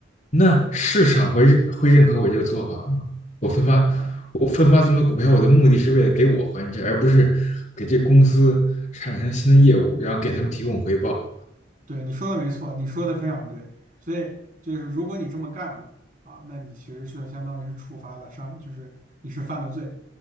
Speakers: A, on the left (about 40°); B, on the right (about 45°).
A: 那市场会认会认可我这个做法吗？我分发我分发这么多股票，
B: 啊？
A: 我的目的是为了给我还债，而不是给这公司产生新的业务，然后给他们提供回报。
B: 对，你说的没错，你说的非常对。所以就是如果你这么干了啊，那你其实是相当于是触发了伤，就是你是犯了罪